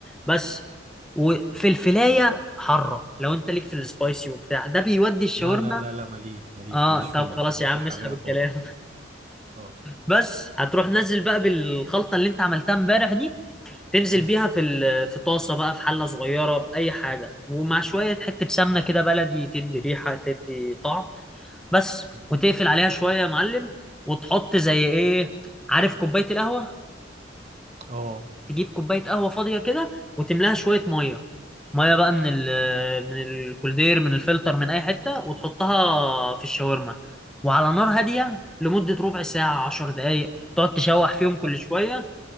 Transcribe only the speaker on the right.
لا لا لا لا ماليش ماليش
ماليش
في الحاجات
الحراقه
خالص اه
مم.
مم.
اه
ب-